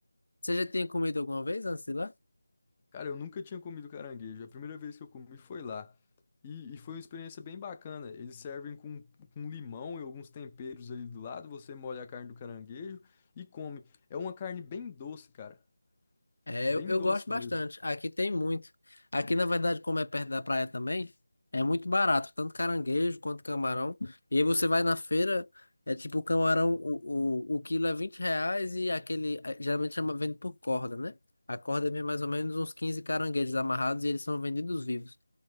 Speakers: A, on the left; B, on the left.
A: Você já tinha comido alguma vez antes de ir lá?
B: Cara, eu nunca tinha comido caranguejo. A primeira vez que eu comi foi lá. E, e foi uma experiência bem bacana. Eles servem com, com limão e alguns temperos ali do lado. Você molha a carne do caranguejo e come. É uma carne bem doce, cara.
A: É,
B: Bem
A: eu, eu
B: doce
A: gosto bastante.
B: mesmo.
A: Aqui tem muito. Aqui, na verdade, como é perto da praia também, é muito barato, tanto caranguejo quanto camarão. E aí você vai na feira, é tipo o camarão, o, o, o quilo é 20 reais e aquele, eh, geralmente chama, vende por corda, né? A corda vem mais ou menos uns 15 caranguejos amarrados e eles são vendidos vivos.